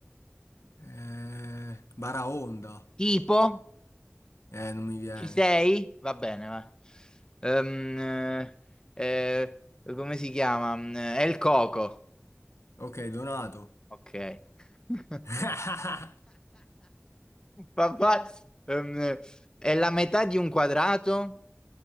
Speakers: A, on the left; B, on the left.
A: Eh, Baraonda.
B: Tipo?
A: Eh, non mi viene.
B: Ci sei? Va bene, va. Ehm, eh, eh, come si chiama? Mm, È il coco.
A: Ok, Donato.
B: Ok. <laughs>
A: <laughs>
B: Papà, ehm, è la metà di un quadrato?